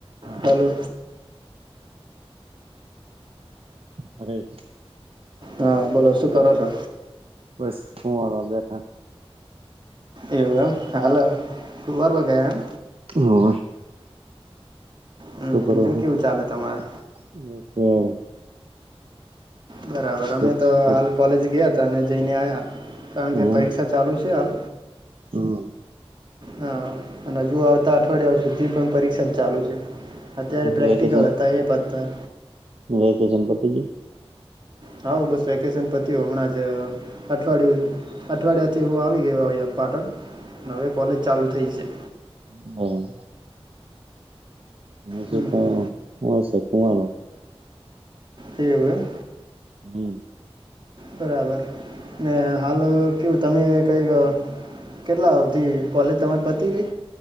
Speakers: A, on the right; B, on the right.
A: હા
B: હલો
A: અરે
B: હા બોલો શું કરો છો?
A: બસ શું આવ બેઠા.
B: એવું એમ હાલો શુંરમાં કયા એમ.
A: હ
B: હમ
A: શું કરો
B: બીજું
A: <unintelligible>
B: કેવું ચાલે તમારે બરાબર
A: સુપ
B: અમે તો
A: સુપ
B: હાલ કોલેજ ગયા હતા અને જઈને આવ્યા કારણ
A: એમ
B: કે પરીક્ષા ચાલુ છે હાલ
A: હમ
B: હા અને હજુ આવતા અઠવાડિયા સુધી પણ પરીક્ષા જ ચાલુ છે અત્યારે પ્રેક્ટિકલ
A: વેકેશન
B: હ. તા એ પત્યા.
A: વેકેશન પતી ગયું?
B: હાવ બસ વેકેશન પતયુ હો હમણાં જ અઠવાડિયું અઠવાડિયાથી હું આવી ગયો અહીંયા પાટણ ને હવે કોલેજ ચાલુ થઈ છે.
A: હમમ. નિશિત
B: હમ હમ
A: હશે કુંમાર
B: એવુ એમ
A: હમમ.
B: બરાબર ને હાલ અવે કેવું તમે કઈક કેટલા અવધી કોલેજ તમારે પતી ગઈ.